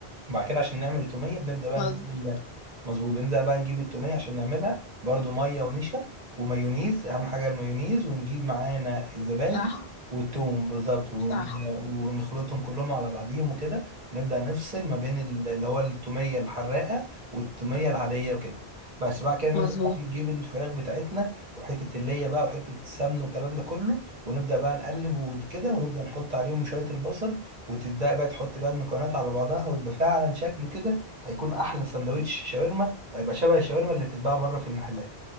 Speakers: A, on the right (about 45°); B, on the left (about 70°).
A: وبعد كده عشان نعمل التوميه بنبدا بقى
B: مظبوط
A: نجيب ال- مظبوط بنبدا بقى نجيب التوميه عشان نعملها برضو ميه ونشا ومايونيز اهم حاجه المايونيز ونجيب معانا الزبادي
B: صح
A: والثوم بالظبط ون-
B: صح
A: ونخلطهم كلهم على بعضيهم وكده ونبدا نفصل ما بين ال- اللي هو التوميه الحراقه والتوميه العاديه وكده بس بعد كده نبدا
B: مظبوط
A: بقى نجيب الفراخ بتاعتنا وحته الليه بقى وحته السمن والكلام ده كله ونبدا بقى نقلب وكده ونبدا نحط عليهم شويه البصل وتبدأ بقى تحط بقى المكونات على بعضها ويبقى فعلا شكله كده هيكون أحلى سندوتش شاورما وهيبقى شبه الشاورما اللي بتتباع بره في المحلات